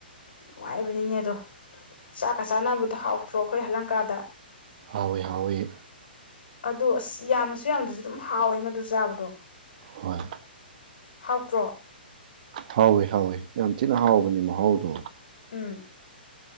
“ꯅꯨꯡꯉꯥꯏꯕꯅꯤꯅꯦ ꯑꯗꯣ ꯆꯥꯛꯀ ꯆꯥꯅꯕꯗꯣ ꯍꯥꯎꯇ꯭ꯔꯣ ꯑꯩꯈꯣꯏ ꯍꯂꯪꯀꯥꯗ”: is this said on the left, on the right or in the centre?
Left